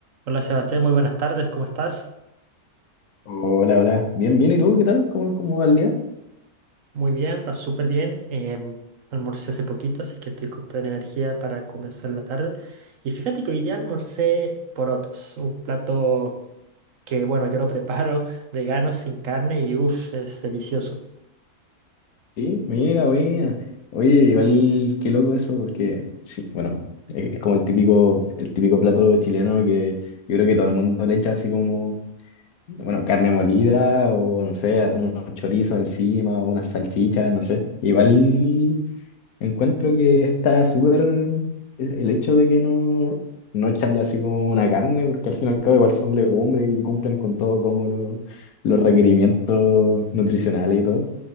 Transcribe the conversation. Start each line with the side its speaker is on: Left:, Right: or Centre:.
Right: Hola Sebastián, muy buenas tardes, ¿cómo estás?
Left: Hola, hola. Bien, bien. ¿Y tú qué tal? ¿Cómo, cómo va el día?
Right: Muy bien, va súper bien. em, almorcé hace poquito, así que estoy con toda la energía para comenzar la tarde. Y fíjate que hoy día almorcé porotos, un plato que, bueno, yo lo <laughs> preparo vegano, sin carne y uff, es delicioso.
Left: Sí, mira, buena. Oye, igual qué loco eso, porque sí, bueno, es, es como el típico, el típico plato chileno que yo creo que todo el mundo le echa así como, bueno, carne molida o no sé, unos chorizos encima o unas salchichas, no sé. Igual Encuentro que está súper el el hecho de que no, no echarle así como una carne, porque al fin y al cabo igual son legumbres y cumplen con todo como los, los requerimientos nutricionales y todo.